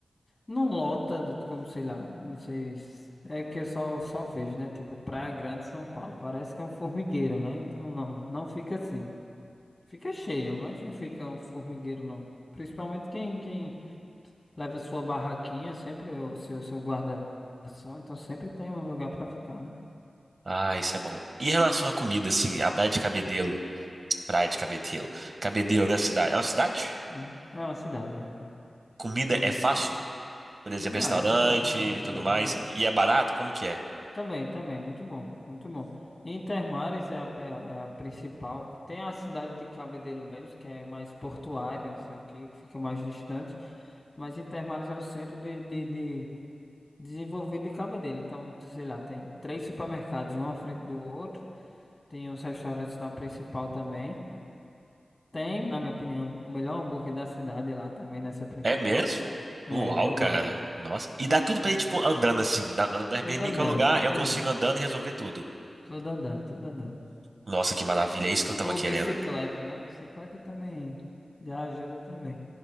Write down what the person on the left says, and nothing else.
Não lota, de- como sei lá, não sei. se- É que eu só, só vejo, né? Tipo, Praia Grande, São Paulo. Parece que é um formigueiro, né? Então não, não fica assim. Fica cheia, mas não fica um formigueiro, não. Principalmente quem, quem leva sua barraquinha, sempre, ou seu, seu guarda-ação, então sempre tem um lugar pra ficar, né?
Hum. É uma cidade, é.
Município.
Demais,
demais, demais,
demais,
demais.
Também, também, muito bom, muito bom. Intermares é a, pe- é a principal. Tem a cidade de Cabedelo mesmo, que é mais portuária, não sei o quê, que fica mais distante. Mas Intermares é o centro de, de, de desenvolvido de Cabedelo. Então, sei lá, tem três supermercados, um à frente do outro. Tem uns restaurantes na principal também. Tem, na minha opinião, o melhor hambúrguer da cidade lá também, nessa principal.
É,
eu
gosto.
Então,
tudo andando,
tudo
andando.
Tudo andando, tudo andando.
Ou
bicicleta, né? Bicicleta também já ajuda também.